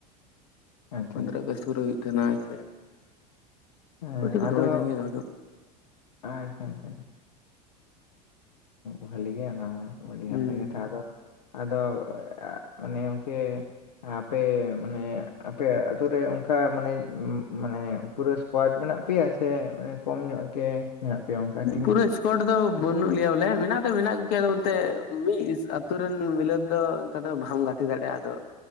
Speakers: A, on the left; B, on the left.
A: ᱟᱪᱪᱷᱟ
B: ᱯᱚᱱᱫᱽᱨᱚ
A: ᱟᱪᱪᱷᱟ ᱟᱪᱪᱷᱟ ᱟᱪᱪᱷᱟ
B: ᱟᱜᱚᱥᱴ
A: ᱟᱪᱪᱷᱟ
B: ᱯᱩᱨᱟᱹ ᱦᱩᱭᱩᱜ ᱛᱟᱦᱮᱱᱟ᱾ <unintelligible>
A: ᱦᱮᱸ
B: ᱪᱚᱠᱚ
A: ᱟᱫᱚ
B: ᱫᱚᱦᱚᱭ ᱛᱟᱦᱮᱱ ᱜᱮᱭᱟ ᱫᱚᱦᱚ ᱫᱚ
A: ᱟ ᱟᱪᱪᱷᱟ ᱟᱪᱪᱷᱟ ᱵᱷᱟᱹᱞᱤ ᱜᱮ ᱚᱱᱟᱢᱟ᱾ ᱟᱹᱰᱤ
B: ᱦᱩᱸ
A: ᱱᱟᱯᱟᱭ ᱠᱟᱛᱷᱟ ᱟᱫᱚ ᱟᱫᱚ ᱢᱟᱱᱮ ᱜᱚᱢᱠᱮ ᱟᱯᱮ ᱢᱟᱱᱮ ᱟᱯᱮ ᱟᱛᱳᱨᱮ ᱚᱱᱠᱟ ᱢᱟᱱᱮ ᱢᱟᱱᱮ ᱯᱩᱨᱟᱹ ᱠᱳᱣᱟᱴ ᱢᱮᱱᱟᱜ ᱯᱮᱭᱟ ᱥᱮ ᱢᱟᱱᱮ ᱠᱚᱢ ᱧᱚᱜ ᱜᱮ, ᱢᱮᱱᱟᱜ ᱯᱮᱭᱟ᱾ ᱚᱱᱠᱟ ᱴᱤᱢ
B: ᱯᱩᱨᱟᱹᱥ ᱠᱚᱴ ᱫᱚ ᱵᱟᱹᱱᱩᱜ ᱞᱮᱭᱟ ᱵᱚᱞᱮ ᱢᱮᱱᱟᱜ ᱫᱚ ᱢᱮᱱᱟᱜ ᱠᱚᱜᱮᱭᱟ ᱮᱛᱮ ᱢᱤᱫ ᱟᱹᱛᱩ ᱨᱮᱱ ᱢᱤᱞᱟᱹᱛ ᱫᱚ ᱚᱱᱠᱟ ᱫᱚ ᱵᱟᱢ ᱜᱟᱛᱮ ᱫᱟᱲᱮᱭᱟᱜᱼᱟ᱾ ᱟᱫᱚ